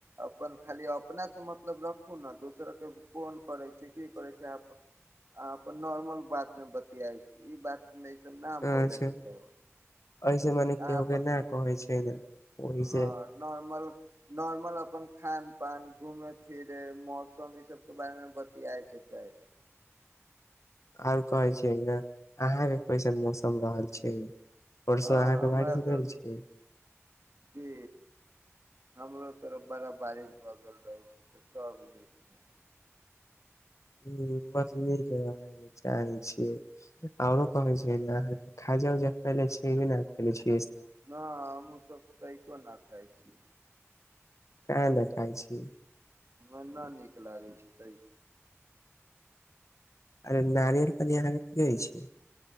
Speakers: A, on the right; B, on the left.
A: अपन खाली अपना सँ मतलब रखू ने दोसर के कोन करै छै, की करै छै आप अहाँ अपन नॉर्मल बात मे बतियाइ छी ई बात नई सब ना
B: अच्छा
A: बोले के चाही।
B: ऐसे मने केहू
A: अाँ अपन
B: के न कहै छै ने ओहि
A: हँ
B: से
A: नॉर्मल नॉर्मल अपन खान ान घूमे फिरे मौसम सब के बारे मे बतय के चाही।
B: आओर कहै छियै न, अहाँ के कैसन मौसम रहल छै। आओरस
A: हँ
B: अहाँके
A: हमरा
B: बाज भेल
A: तरफ
B: छै।
A: भी हमरो तरफ बड़ा बारिश भए गेल रहे छै तऽ सब नीक छै।
B: ह बस नीक रहे चाहे छी आरो कहै छै अहाँ खाजा उजा खले छ नेे छी।
A: न हमू सब तैको न खाय। ठ।
B: कल खाइ छी
A: हमरा नहि नीक लागै छै तै।
B: अरे नारियल पनी यहाँ हो छै।